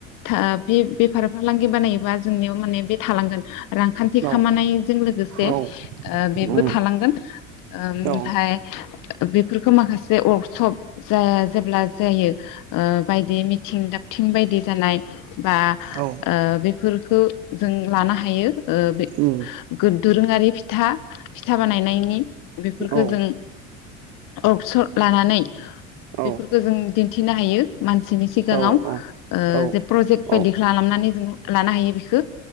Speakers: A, on the left; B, on the right.
A: था बे बेफार फालांगि बानाय जोंनियाव माने बे थालांगोन रांखान्थि
B: औ
A: खामानायजों
B: औ
A: लोगोसे ओ
B: औ
A: बेबो
B: उम
A: थालांगोन ओमफाय
B: औ
A: बेफोरखौ माखासे जे वर्कसप जाया जेब्ला जायो ओ बायदि मिथिं दाबथिं बायदि जानाय बा
B: औ
A: ओ बेफोर ओ जों लानो हा हायो ओ बे
B: उम
A: गो दोरोङारि फिथा फिथा बानायनायनि बेफोरखौ
B: औ
A: जों अक्सर लानानै
B: औ
A: बेफोरखौ जों दिन्थिनो हायो। मानसिनि सिगाङाव
B: औ औ
A: ओ
B: औ
A: जे प्रजेक्ट बायदि
B: औ
A: खालामनानै जोंङ लानो हायो बेखो।